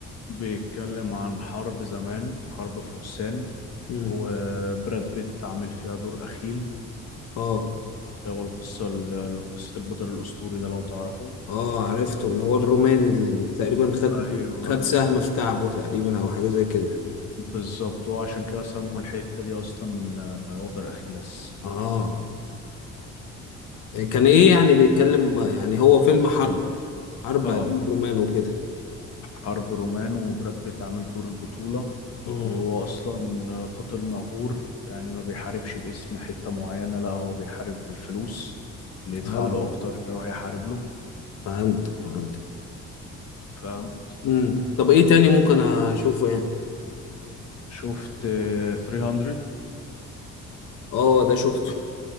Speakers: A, on the left (about 55°); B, on the left (about 80°).
A: بيتكلم عن حرب زمان حرب فرسان
B: مم.
A: وبراد بيت عامل فيها دور أخيل
B: اه
A: هو القصة ال- قصة البطل الأسطوري ده لو تعرفه
B: اه عرفته اللي هو الروماني اللي تقريبا خد
A: ايوه
B: خد سهم في كعبه تقريبا أو حاجة زي كده
A: بالظبط وعشان كده سموا الحتة دي أصلا آه، وتر أخيلس
B: اه كان ايه يعني بيتكلم يعني هو فيلم حرب حرب
A: اه
B: ايام الرومان وكده
A: حرب رومان وبراد بيت عامل دور البطولة
B: مم.
A: وهو أصلا قاتل مأجور يعني ما بيحاربش باسم حتة معينة لا هو بيحارب بالفلوس اللي
B: فهمت
A: يدفع له أكتر يروح يحارب له
B: فهمت فهمت
A: فاهم
B: امم طب ايه تاني ممكن اشوفه يعني
A: شفت 300
B: اه ده شفته